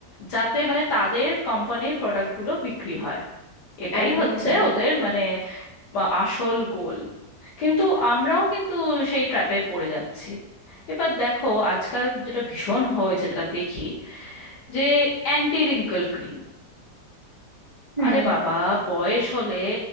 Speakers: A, on the left; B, on the left.
A: যাতে মানে তাদের কোম্পানির প্রোডাক্টগুলো বিক্রি হয় এটাই
B: একদমই
A: হচ্ছে
B: তাই
A: ওদের মানে আ- আসল গোল কিন্তু আমরাও কিন্তু সেই ট্র্যাপে পড়ে যাচ্ছি এবার দেখো আজকাল যেটা ভীষণ হয়েছে যেটা দেখি যে অ্যান্টি রিঙ্কল ক্রিম
B: হুম
A: আরে বাবা বয়স হলে